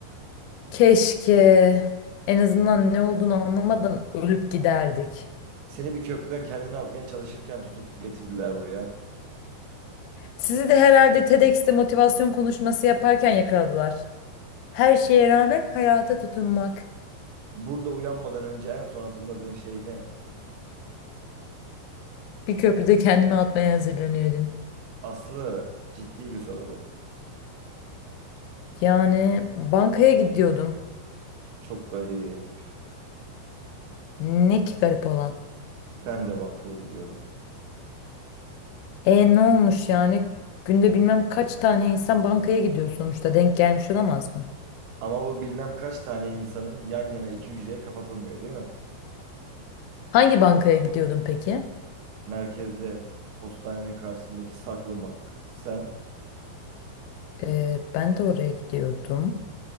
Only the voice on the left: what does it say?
Keşke en azından ne olduğunu anlamadan ölüp giderdik.
Sizi de herhalde TEDx'te motivasyon konuşması yaparken yakaladılar. Her şeye rağmen hayata tutunmak.
Bir köprüde kendimi atmaya hazırlanıyordum.
Yani bankaya gidiyordum.
Ne ki garip olan?
E ne olmuş yani? Günde bilmem kaç tane insan bankaya gidiyor sonuçta. Denk gelmiş olamaz mı?
Hangi bankaya gidiyordun peki?
E, ben de oraya gidiyordum.